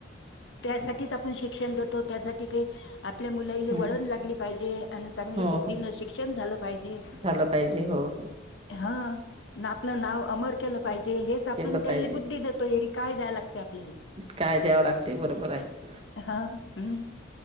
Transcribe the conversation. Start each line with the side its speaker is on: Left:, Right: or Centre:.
Left: त्यासाठीच आपण शिक्षण देतो त्यासाठी ते आपल्या मुलाला
Right: हम्म
Left: वळण लागली पाहिजे आणि चांगली
Right: हो
Left: बुद्धीन
Right: हो
Left: शिक्षण झालं पाहिजे
Right: झालं पाहिजे हो हो.
Left: हा. ना आपलं नाव अमर केलं पाहिजे हेच
Right: केलं
Left: आपून
Right: पाहिजे
Left: त्या बुद्धी देतो हेरी काय दयला लागते आपले
Right: काय द्यावं लागते बरोबर आहे.
Left: हा हम्म